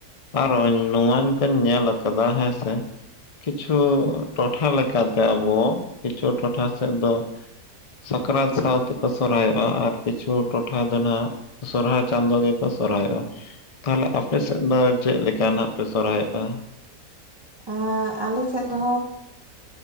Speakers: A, on the left; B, on the right.
A: ᱟᱨᱚ ᱱᱚᱣᱟ ᱫᱚᱧ ᱧᱮᱞ ᱠᱟᱫᱟ ᱦᱮᱸᱥᱮ ᱠᱤᱪᱷᱩ ᱴᱚᱴᱷᱟ ᱞᱮᱠᱟᱛᱮ ᱟᱵᱚ ᱠᱤᱪᱷᱩ ᱴᱚᱴᱷᱟ ᱥᱮᱫ ᱫᱚ ᱥᱟᱠᱨᱟᱛ ᱥᱟᱶ ᱛᱮᱠᱚ ᱥᱚᱨᱦᱟᱭᱚᱜᱼᱟ ᱟᱨ ᱠᱤᱪᱷᱩ ᱴᱚᱴᱷᱟ ᱫᱚ ᱦᱟᱜ ᱥᱚᱨᱦᱟᱭ ᱪᱟᱸᱫᱳ ᱜᱮᱠᱚ ᱥᱚᱨᱦᱟᱭᱚᱜᱼᱟ᱾ ᱛᱟᱦᱚᱞᱮ ᱟᱯᱮ ᱥᱮᱫ ᱫᱚ ᱪᱮᱫ ᱞᱮᱠᱟ ᱱᱟᱜ ᱯᱮ ᱥᱚᱨᱦᱟᱭᱚᱜᱼᱟ?
B: ᱮ ᱟᱞᱮ ᱥᱮᱫ ᱫᱚ